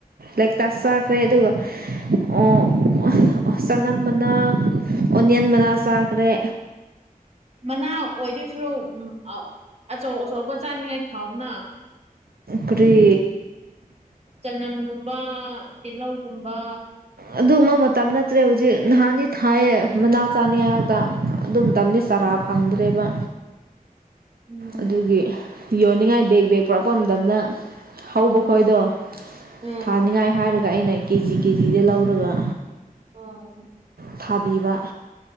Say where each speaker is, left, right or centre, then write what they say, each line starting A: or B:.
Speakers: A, on the right; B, on the right.
A: ꯂꯦꯛꯇꯁ ꯆꯥꯈ꯭ꯔꯦ ꯑꯗꯨꯒ ꯑꯣ ꯆꯅꯝ ꯃꯅꯥ ꯑꯣꯅꯤꯌꯟ ꯃꯅꯥ ꯆꯥꯈ꯭ꯔꯦ
B: ꯃꯅꯥ ꯑꯣꯏꯗꯣꯏꯁꯨ ꯎ ꯑꯆꯧ ꯑꯆꯧꯕ ꯆꯥꯅꯤꯡꯉꯥꯏ ꯊꯥꯎꯅ
A: ꯀꯔꯤ
B: ꯆꯅꯝꯒꯨꯝꯕ ꯇꯤꯜꯂꯧꯒꯨꯝꯕ
A: ꯑꯗꯨꯝꯃꯥ ꯃꯇꯝ ꯅꯠꯇ꯭ꯔꯦ ꯍꯧꯖꯤꯛ ꯅꯍꯥꯟꯗꯤ ꯊꯥꯏꯑ ꯃꯅꯥ ꯆꯥꯅꯤꯉꯥꯏ
B: ꯑꯣ
A: ꯉꯛꯇ ꯑꯗꯨꯝ ꯇꯝꯗꯨ
B: ꯑꯣ
A: ꯆꯥꯔꯥ ꯐꯪꯗ꯭ꯔꯦꯕ
B: ꯎꯝ
A: ꯑꯗꯨꯒꯤ ꯌꯣꯟꯅꯤꯡꯉꯥꯏ ꯕꯦꯛ ꯕꯦꯛ ꯄꯔꯛꯄ ꯃꯗꯝꯗ ꯍꯧꯕ
B: ꯑꯣ
A: ꯈꯣꯏꯗꯣ
B: ꯎꯝ
A: ꯊꯥꯅꯤꯡꯉꯥꯏ ꯍꯥꯏꯔꯒ ꯑꯩꯅ ꯀꯦꯖꯤ ꯀꯦꯖꯤꯗ ꯂꯧꯔꯒ
B: ꯎꯝ
A: ꯊꯥꯕꯤꯕ